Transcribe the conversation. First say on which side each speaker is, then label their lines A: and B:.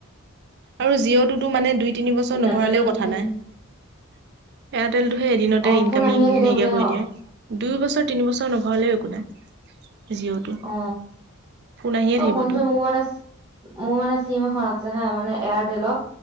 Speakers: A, on the right; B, on the right.
A: আৰু জিঅ'টোতো মানে দুই তিনিবছৰ
B: সেই
A: নভৰালেও
B: ডাটাটো আজিকালি
A: কথা নাই। এয়াৰটেলটোহে এদিনতে
B: অ
A: ইনকামিং
B: ফোন আহিয়ে থাকে
A: নাইকিয়া
B: বোলে
A: কৰি
B: ন
A: দিয়ে দুই বছৰ তিন বছৰ নভৰা লেও একো নাই। জিঅ'টো
B: অ
A: ফোন আহিয়ে
B: অ
A: থাকিব
B: শুনচোন
A: তোৰ
B: মোৰ মানে মোৰ মানে চিম এখন আ। হা মানে এয়াৰটেলৰ